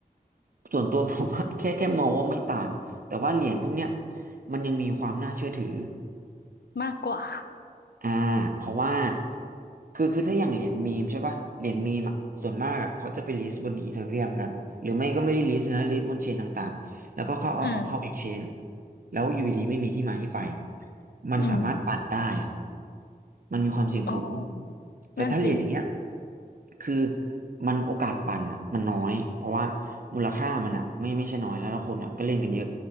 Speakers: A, on the right (about 60°); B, on the left (about 85°).
A: ส่วนตัวผมอะแค่แค่มองว่าไม่ต่างแต่ว่าเหรียญพวกเนี้ยมันยังมีความน่าเชื่อถือ
B: มากกว่า
A: อ่าเพราะว่าคือคือถ้าอย่างเหรียญมีมใช่ป่ะเหรียญมีมอ่ะส่วนมากอ่ะเขาจะไปลิสต์บนอีเธอเรียมกันหรือไม่ก็ไม่ได้ลิสต์นะลิสต์บนเชนต่างๆแล้วก็เข้าเอาเอาเข้าเอ็กชแนน
B: เออ
A: แล้วอยู่ดีๆไม่มีที่มาที่ไปมันสามารถปั่นได้อ่ะ
B: อืม
A: มันมีความเสี่ยงสูง
B: อ๋อ
A: แต่ถ้าเหรียญอย่างเงี้ย
B: นั่นสิ
A: คือมันโอกาสปั่นอ่ะมันน้อยเพราะว่ามูลค่ามันอ่ะไม่ไม่ใช่น้อยแล้วแล้วคนอ่ะก็เล่นกันเยอะ